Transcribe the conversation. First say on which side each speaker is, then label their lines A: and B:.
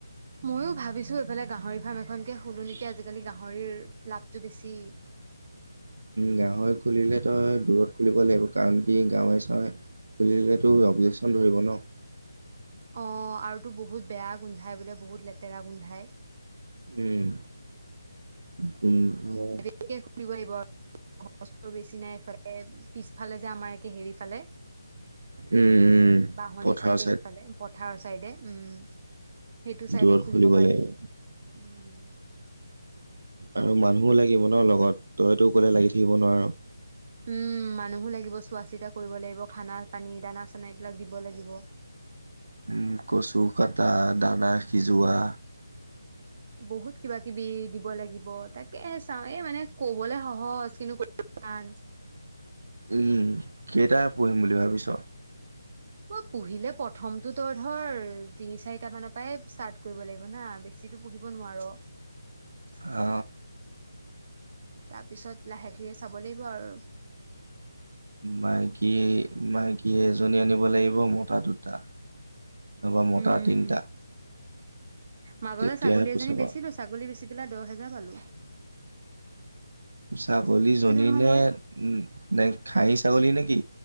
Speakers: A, on the right; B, on the right.
A: ময়ো ভাবিছোঁ এইফালে গাহৰি ফাৰ্ম এখনকে খোলোঁ নেকি, আজিকালি গাহৰিৰ লাভটো বেছি।
B: গাহৰি খুলিলে তই দূৰত খুলিব লাগিব কাৰণ কি গাঁৱে চাৱে খুলিলেতো অবজেকশ্যন ধৰিব ন'।
A: অ' আৰুতো বহুত বেয়া গোন্ধাই বোলে, বহুত লেতেৰা গোন্ধাই।
B: উম, গোন্ধাই।
A: তাকেই খুলিব লাগিব। ঘৰৰ বেছি নাইফালে, পিছফালে যে আমাৰ একে হেৰি ফালে
B: উম,
A: বাহনী
B: পথাৰৰ
A: চাইডে, সিফালে পথাৰৰ চাইডে উম। সেইটো চাইডে
B: দূৰত
A: খুলিব পাৰি।
B: লাগিব
A: উম।
B: আৰু মানুহো লাগিব ন' লগত, তইতো অকলে লাগি
A: উম
B: থাকিব নোৱাৰ।
A: উম, মানুহো লাগিব, চোৱা চিতা কৰিব লাগিব, খানা পানী, দানা চানা এইবিলাক দিব লাগিব।
B: উম, কচু কাটা দানা সিজোৱা।
A: বহুত কিবা কিবি দিব লাগিব তাকে চাওঁ। এই মানে কবলে সহজ কিন্তু টান।
B: উম। কেইটা পুহিম বুলি ভাবিছ?
A: মই পুহিলে প্ৰথমতো তই ধৰ তিনি চাৰিটা মানৰ পৰাই ষ্টাৰ্ট কৰিব লাগিব না। বেছি বেছিটো পুহিব নোৱাৰ।
B: আ
A: তাৰপিছত লাহে ধীৰে চাব লাগিব আৰু।
B: মাইকী, মাইকী এজনী আনিব লাগিব মতা দুটা। নাইবা মটা
A: উম
B: তিনিটা।
A: মাজতে
B: তেতিয়াহে
A: ছাগলী
B: পইচা
A: এজনী
B: পাম
A: বেচিলোঁ, ছাগলী বেচি পেলাই দহ হোজাৰ পালোঁ।
B: ছাগলীজনী
A: নহয়
B: নে
A: মই।
B: উম, নে খাহী ছাগলী নেকি?